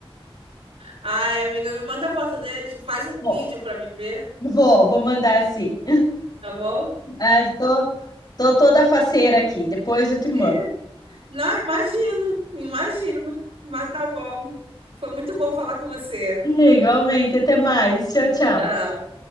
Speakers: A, on the right (about 70°); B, on the left (about 45°).
A: Ai, amiga, me manda a foto deles, faz um
B: Bom,
A: vídeo pra mim ver,
B: vou, vou mandar assim.
A: tá bom?
B: Ah, tô, tô toda faceira aqui. Depois eu te mando.
A: E Não, imagino, imagino. Mas tá bom. Foi muito bom falar com você.
B: <laughs> Igualmente, até mais. Tchau, tchau.
A: Tchau.